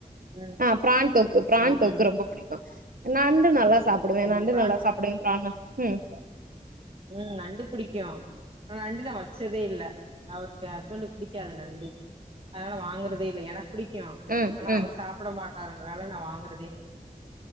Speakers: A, on the right (about 40°); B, on the right (about 75°).
A: ம்
B: ஆ ப்ரான் தொக்கு ப்ரான்
A: ம்
B: தொக்கு ரொம்ப புடிக் க்கு நண்டு நல்லா சாப்புடுவே
A: ம்
B: நண்டு
A: பிரான்
B: நல்லா
A: தொக்கு
B: சாப்பிடுவ பிராண ம்
A: ம் நண்டு பிடிக்கு நண்டு நா வச்சதே இல்ல அவருக்கு ஹஸ்பண்ட்க்கு பிடிக்காது நண்டு அதனால வாங்கறதே இல்ல எனக்கு பிடிக்கு
B: ம்
A: ஆனா
B: ம்
A: அவரு சாப்பட மாட்டாருன்றனால நா வாங்கறதே இல்ல